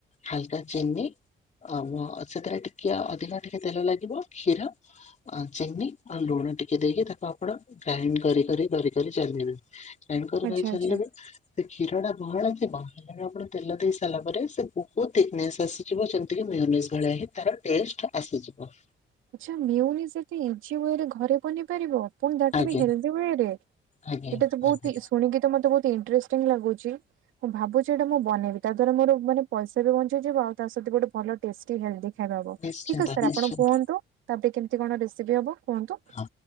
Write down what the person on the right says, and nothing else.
ଆଚ୍ଛା
ଆଚ୍ଛା।
ଆଛା ମିଓନିସ୍ ଏତେ ଇଜି ଓ ଏରେ ଘରେ ବନେଇ ପାରିବ। ପୁଣି ଦ୍ୟାଟ୍
ଟୁ ବି ଗ୍ରେଭି ଓ ଏରେ ଏଇଟା
ତ ବହୁତି
ଶୁଣିକି ମତେ ଇନଟ୍ରେ କେମିତି ଲାଗୁଛି? ମୁଁ ଭାବୁଛି ଏଇଟା ମୁଁ ବନେଇବି ତା ଦ୍ଵାରା ମୋର ମାନେ ପଇସା ବି ବଞ୍ଚିଯିବ ଆଉ ତା ସହିତ ଗୋଟେ ଭଲ ଟେଷ୍ଟି ହେଲ୍ଦି ଖାଇବା ହବ,
ଠିକ୍ ଅଛି ସାର୍
ଆପଣ କୁହନ୍ତୁ ତାପରେ କେମିତି କଣ ରେସିପି ହବ କୁହନ୍ତୁ?